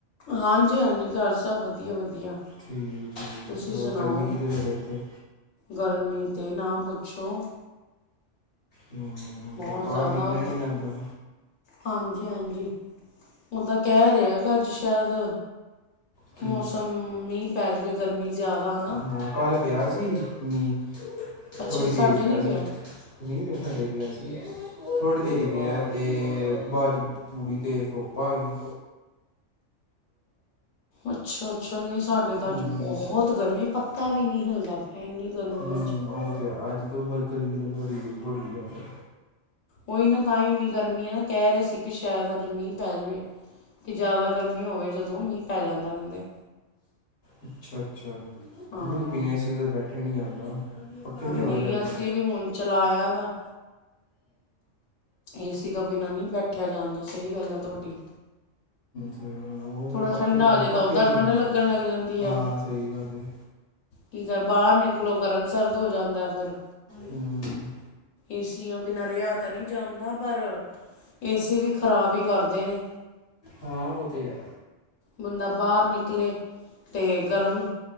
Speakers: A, on the left; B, on the left.
A: ਹਾਂਜੀ, ਹਾਂਜੀ ਘਰ ਸਭ ਵਧੀਆ ਵਧੀਆ।
B: ਠੀਕ ਠੀਕ
A: ਤੁਸੀਂ
B: ਐ ਹੋਰ
A: ਸੁਣਾਓ
B: ਗਰਮੀ ਕਿਦਾਂ ਤਾਡੇ ਇੱਥੇ।
A: ਗਰਮੀ 'ਤੇ ਨਾ ਪੁੱਛੋ।
B: ਹੂੰ ਓ
A: ਬਹੁਤ
B: ਤੇ ਹੈ ਬਾਰ
A: ਜ਼ਿਆਦਾ
B: ਨਿਕਲਿਆ
A: ਉਦੋਂ
B: ਨੀ ਜਾਂਦਾ।
A: ਹਾਂਜੀ, ਹਾਂਜੀ ਓਦਾਂ ਕਹਿ ਰੇ ਐ ਕਿ ਅੱਜ ਸ਼ਾਇਦ
B: ਕੀ
A: ਮੌਸਮ ਮੀ ਪੈ ਜਾਵੇ ਗਰਮੀ ਜ਼ਿਦਾ ਨਾ।
B: ਹ ਕਾਲ੍ਹ ਪਿਆ ਸੀ ਮੀ
A: ਅੱਛਾ
B: ਥੋੜ੍ਹੀ
A: ਸਾਡੇ
B: ਦੇਰ ਈ ਪਿਆ
A: ਨਹੀਂ
B: ਸੀ। ਮੀ ਤੇ ਸਾਡੇ ਪਿਆ ਸੀ ਥੋੜ੍ਹੀ ਦੇਰੀ ਈ ਪਿਆ ਤੇ ਬਾਚ ਪੂਰੀ ਤੇ ਤੁਪ ਆ ਗਈ।
A: ਅੱਛਾ, ਅੱਛਾ ਨਈ ਸਾਡੇ ਤਾਂ
B: ਹੂੰ
A: ਅੱਜ ਬਹੁਤ ਗਰਮੀ ਪੱਤਾ ਵੀ ਨੀ ਹਿਲਦਾ ਪਿਆ ਇੰਨੀ ਗਰਮੀ
B: ਹੂੰ
A: ਅੱਜ
B: ਉਹ ਤੇ ਹੈ ਅੱਜ ਤਾਂ ਵਰਕਰ ਵੀ ਤਾਂ ਬੜੀ, ਬੜੀ ਜ਼ਿਆਦਾ
A: ਓਈ ਨਾ ਤਾਂ ਈ ਇੰਨੀ ਗਰਮੀ ਐ ਨਾ ਕਹਿ ਰਹੇ ਸੀ ਕਿ ਸ਼ਾਇਦ ਅੱਜ ਮੀ ਪੈ ਜਾਵੇ। ਕਿ ਜਾਦਾ ਗਰਮੀ ਹੋਵੇ ਜਦੋਂ ਮੀ ਪੈ ਜਾਂਦਾ ਕਹਿੰਦੇ
B: ਅੱਛਾ, ਅੱਛਾ
A: ਹਾਂ
B: ਨਈ ਬਿਨਾ ਏ ਸੀ ਦੇ ਬੈਠਿਆ ਨੀ ਜਾਂਦਾ ਪੱਖੇ
A: ਬੀ
B: ਦੀ
A: ਨਈ
B: ਹਵਾ ਨਹੀਂ ਲੱਗਦੀ
A: ਅਸੀਂ ਵੀ ਹੁਣ ਚਲਾਇਆ ਦਾ। ਏਸੀ ਤੋਂ ਬਿਨਾਂ ਨੀ ਬੈਠਿਆ ਜਾਂਦਾ ਸਈ ਗੱਲ ਐ ਤੁਆਡੀ।
B: ਤੇ ਹੋਰ ਪੱਖੇ
A: ਠੰਡਾ
B: ਦੀ ਹ
A: ਹੋ ਜੇ ਤਾਂ
B: ਪੱਖੇ
A: ਉੱਦਾਂ
B: ਦੀ
A: ਠੰਡ
B: ਹਵਾ
A: ਲੱਗਣ ਲੱਗ ਜਾਂਦੀ
B: ਹਾਂ।
A: ਹੈ
B: ਸਈ ਗੱਲ ਐ।
A: ਕੀ ਕਰ ਬਾਰ ਨਿਕਲੋ ਗਰਮ ਸਰਦ ਹੋ ਜਾਂਦਾ ਫਿਰ
B: ਹੂੰ
A: ਏਸੀਆਂ ਬਿਨਾਂ, ਰਿਹਾ ਤਾਂ ਨਹੀਂ ਜਾਂਦਾ ਪਰ ਏ ਸੀ ਵੀ ਖਰਾਬ ਹੀ ਕਰਦੇ ਨੇ
B: ਹਾਂ, ਉਹ ਤੇ ਹੈ।
A: ਬੰਦਾ ਬਾਹਰ ਨਿਕਲੇ ਤੇ, ਗਰਮ